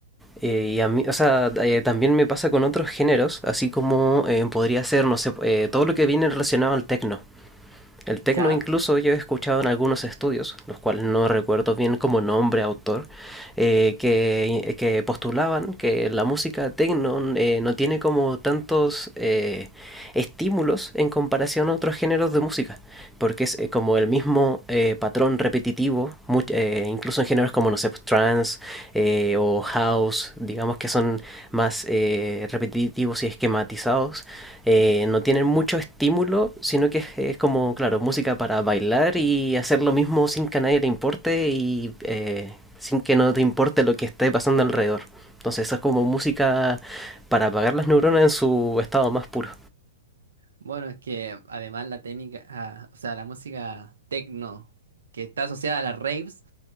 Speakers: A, in the centre; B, on the right.
A: Eh, y a mí, o sea, eh, también me pasa con otros géneros, así como eh, podría ser, no sé, eh, todo lo que viene relacionado al techno. El techno,
B: ¿Ya?
A: incluso yo he escuchado en algunos estudios, los cuales no recuerdo bien como nombre, autor, eh, que, que, postulaban que la música techno eh, no tiene como tantos eh, estímulos en comparación a otros géneros de música, porque es eh, como el mismo eh, patrón repetitivo, much, eh, incluso en géneros como, no sé, pues, trance eh, o house, digamos que son más eh, repetitivos y esquematizados eh, no tienen mucho estímulo, sino que es, es como, claro, música para bailar y hacer lo mismo sin que a nadie le importe y eh, sin que no te importe lo que esté pasando alrededor. Entonces, eso es como música para apagar las neuronas en su estado más puro.
B: Bueno, es que además la técnica, ah, o sea, la música techno que está asociada a las raves,